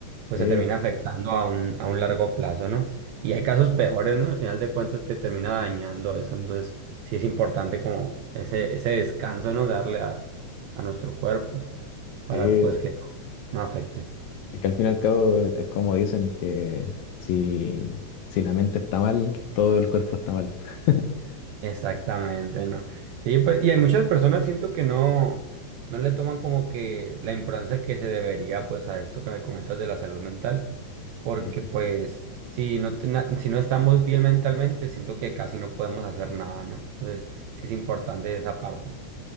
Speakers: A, on the right; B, on the left.
A: pues
B: Sí,
A: se termina afectando a un, a un largo plazo, ¿no? Y hay casos peores, ¿no? Al final de cuentas te termina dañando eso. Entonces, sí es importante como ese, ese descanso, ¿no? Darle a, a nuestro cuerpo para
B: sí.
A: pues que no, no afecte.
B: Es que al fin y al cabo es como dicen que si, si la mente está mal, todo el cuerpo está mal. <laughs>
A: Exactamente, ¿no? Sí, pues, y hay muchas personas siento que no, no le toman como que la importancia que se debería pues a esto que me comentas de la salud mental. Porque
B: Sí.
A: pues si no, te- na- si no estamos bien mentalmente, siento que casi no podemos hacer nada, ¿no? Entonces, sí es importante esa parte.